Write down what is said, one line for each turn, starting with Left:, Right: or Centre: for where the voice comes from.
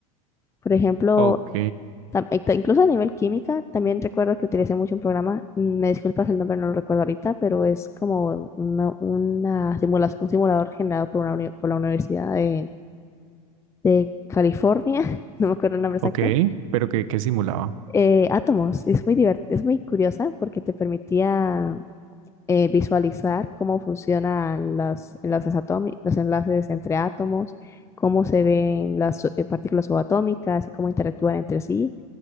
Left: Por ejemplo,
Right: Ok,
Left: tam- e- ta- incluso a nivel química, también recuerdo que utilicé mucho un programa, mm, me disculpas el nombre, no lo recuerdo ahorita, pero es como una, una simula- un simulador generado por, una uni- por la Universidad de, de California, <laughs> no me acuerdo el nombre exacto,
Right: ok, pero ¿qué, qué simulaba?
Left: eh, átomos. Es muy divert- es muy curiosa porque te permitía eh, visualizar cómo funcionan los enlaces atómicos, los enlaces entre átomos, cómo se ven las su- eh, partículas subatómicas y cómo interactúan entre sí.